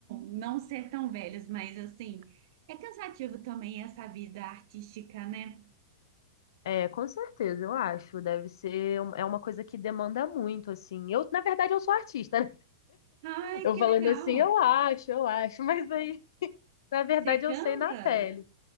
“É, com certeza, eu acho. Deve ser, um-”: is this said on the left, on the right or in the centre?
Left